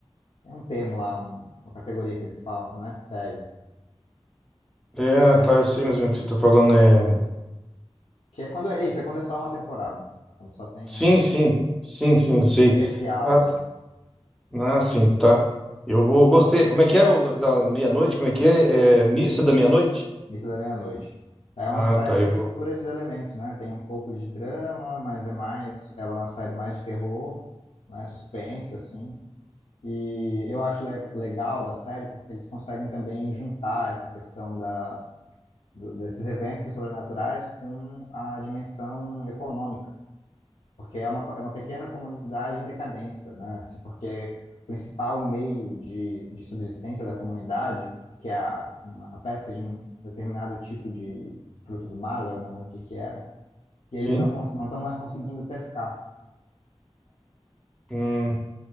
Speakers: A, on the left (about 75°); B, in the centre.
A: Tem um termo lá, um- uma categoria que eles falam, que não é série.
B: é,
A: Mas
B: tá,
A: enfim,
B: eu sei mais ou menos o que você tá falando. É...
A: que é quando é isso, é quando é só uma temporada. Quando só tem
B: Sim,
A: uma,
B: sim. Sim, sim, eu sei.
A: um especial,
B: Ah,
A: assim,
B: t- ah, sim, tá. Eu vou. Gostei. Como é que é o da meia-noite? Como é que é? É missa da meia-noite?
A: Mito da Meia-Noite. É uma
B: Ah,
A: série
B: tá, eu
A: que
B: vou.
A: mistura esses elementos, né? Tem um pouco de drama, mas é mais. Ela é uma série mais de terror, né? Suspense, assim. E eu acho le- legal da série porque eles conseguem também juntar essa questão da do- desses eventos sobrenaturais com a dimensão econômica, porque é uma, co- é uma pequena comunidade em decadência, né? Assim, porque o principal meio de, de subsistência da comunidade, que é a, uma- a pesca de um determinado tipo de frutos do mar, agora eu não lembro o que que era, que
B: Sim.
A: eles não cons- não estão mais conseguindo pescar.
B: Hum.